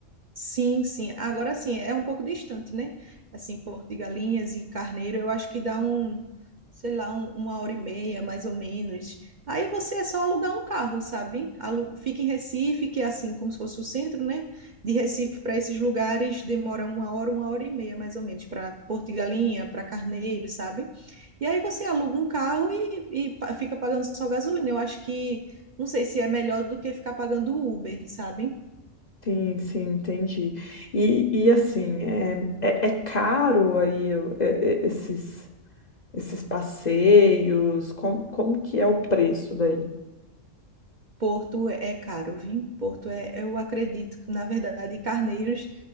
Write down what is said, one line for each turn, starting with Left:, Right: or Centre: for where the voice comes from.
Right: Sim, sim. Agora sim, é um pouco distante, né? Assim, Porto de Galinhas e Carneiro, eu acho que dá um, sei lá, um- uma hora e meia, mais ou menos. Aí você é só alugar um carro, sabe? Alu- Fica em Recife, que é assim como se fosse o centro, né? De Recife para esses lugares demora uma hora, uma hora e meia, mais ou menos, para Porto de Galinha, para Carneiro, sabe? E aí você aluga um carro e, e pa- fica pagando só gasolina. Eu acho que, não sei se é melhor do que ficar pagando Uber, sabe?
Left: Sim, sim, entendi. E, e assim, é, é, é caro aí eu- é- é- esses, esses passeios? Como, como que é o preço daí?
Right: Porto é é caro, viu? Porto é, eu acredito, na verdade, Carneiros,